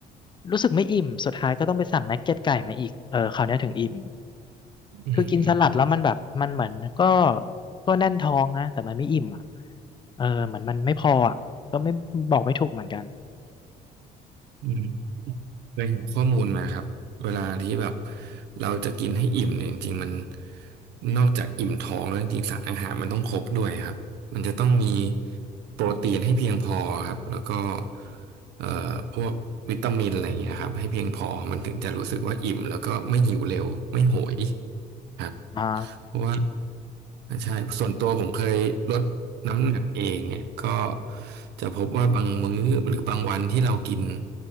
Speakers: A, on the left; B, on the right.
A: รู้สึกไม่อิ่มสุดท้ายก็ต้องไปสั่งนักเก็ตไก่มาอีกเออคราวเนี้ยถึงอิ่ม
B: อืม
A: คือกินสลัดแล้วมันแบบมันเหมือนก็ก็แน่นท้องนะแต่มันไม่อิ่มอ่ะเออเหมือนมันไม่พออ่ะก็ไม่บอกไม่ถูกเหมือนกัน
B: อืมเคยเห็นข้อมูลมาครับเวลาที่แบบเราจะกินให้อิ่มเนี่ยจริงๆมันนอกจากอิ่มท้องแล้วจริงๆสารอาหารมันต้องครบด้วยครับมันจะต้องมีโปรตีนให้เพียงพอครับแล้วก็เอ่อพวกวิตามินอะไรอย่างเงี้ยครับให้เพียงพอมันถึงจะรู้สึกว่าอิ่มแล้วก็ไม่หิวเร็วไม่โหยครับ
A: อ่า
B: เพราะว่าใช่ส่วนตัวผมเคยลดน้ำหนักเองเนี่ยก็จะพบว่าบางมื้อหรือบางวันที่เรากิน